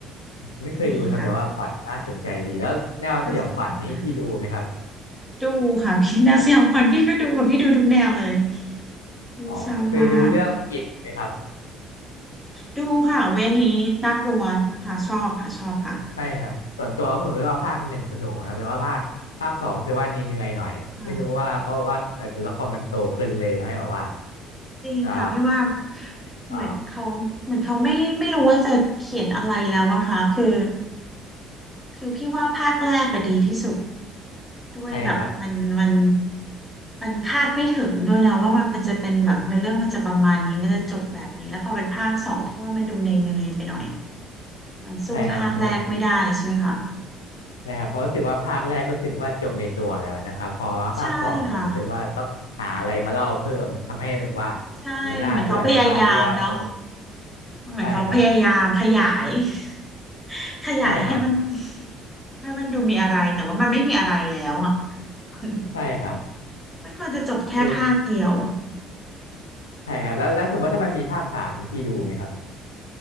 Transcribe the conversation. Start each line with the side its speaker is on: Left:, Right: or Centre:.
Left: ไม่เคยดูเลยครับแต่ว่าพล็อตน่าสนใจดีแล้วแนวสยองขวัญนี่พี่ดูไหมครับ
Centre: ดีค่ะน่าสนใจค่ะดูค่ะพี่แนวสยองขวัญพี่ก็ดูค่ะพี่ดูทุกแนวเลยพี่ชอบมาก
Left: อ๋อเคยดูเรื่องอิดไหมครับ
Centre: ดูค่ะเวยอันนี้น่ากลัวค่ะชอบค่ะชอบค่ะ
Left: ใช่ครับส่วนตัวผมรู้สึกว่าภาคหนึ่งสนุกนะครับแต่ว่าภาคภาคสองคือว่าเหนื่อยๆหน่อยไม่รู้ว่าเพราะว่าเอ่อตัวละครมันโตขึ้นเลยทำให้แบบว่า
Centre: ค่ะจริงค่ะพี่ว่า
Left: อ่าเปล่า
Centre: เหมือนเขาเหมือนเขาไม่ไม่รู้ว่าจะเขียนอะไรแล้วมั้งคะคือคือพี่ว่าภาคแรกก็ดีที่สุด ด้วยแบบมันมัน
Left: ใช่ครับ
Centre: มันคาดไม่ถึงด้วยนะว่ามันมันจะเป็นแบบเนื้อเรื่องมันจะประมาณนี้มันจะจบแบบนี้แล้วพอเป็นภาคสองพี่ว่ามันดูเนยๆไปหน่อยมันสู้ภาคแรกไม่ได้ใช่ไหมคะ
Left: ใช่ครับเหมือนใช่ครับเพราะรู้สึกว่าภาคแรกก็รู้สึกว่าจบในตัวแล้วนะครับพอว่าภาคสองเหมือนรู้สึกว่าต้องหาอะไรมาเล่าเพิ่มทำให้แบบว่า
Centre: ใช่ค่ะใช่เหมือนเขาพยายามเนาะ
Left: มันน่าเบื่อในพาร์ทที่ว่าโต
Centre: เหมือนเขาพยายามขยาย
Left: ใช่ครับ
Centre: <laughs> ขยายให้มัน
Left: ใช่ครับ
Centre: ให้มันดูมีอะไรแต่ว่ามันไม่มีอะไรแล้วอ่ะ <laughs>
Left: ใช่ครับ
Centre: มันควรจะจบแค่ภาคเดียว
Left: ด้วยใช่ครับแล้วแล้วสมมติว่าถ้ามันมีภาคสามนี่พี่ดูไหมครับ